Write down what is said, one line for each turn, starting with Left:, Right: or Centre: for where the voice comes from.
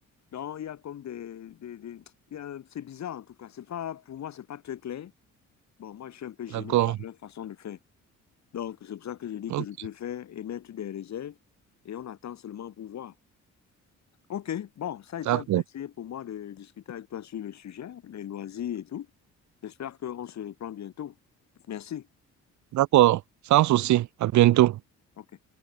Left: Donc, il y a comme des... des- des- il y a un- c'est bizarre en tout cas. C'est pas, pour moi, c'est pas très clair. Bon, moi, je suis un peu gêné
Right: D'accord.
Left: par leur façon de faire. Donc, c'est pour ça que je dis
Right: Ok,
Left: que je préfère émettre des réserves et on attend seulement pour voir. Ok, bon, ça a été
Right: d'accord.
Left: un plaisir pour moi de discuter avec toi sur le sujet, les loisirs et tout. J'espère qu'on se reprend bientôt. Merci.
Right: D'accord, sans souci. À bientôt.
Left: Mm. Ok.